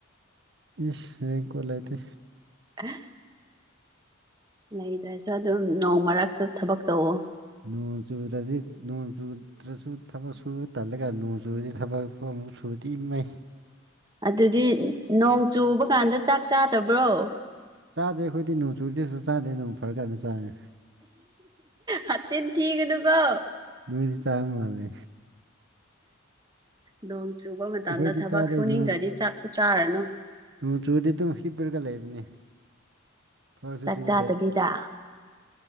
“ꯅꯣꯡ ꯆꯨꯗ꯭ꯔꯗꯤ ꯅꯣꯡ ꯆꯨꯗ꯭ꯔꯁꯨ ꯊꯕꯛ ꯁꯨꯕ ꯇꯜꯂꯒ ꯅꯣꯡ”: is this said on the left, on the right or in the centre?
Right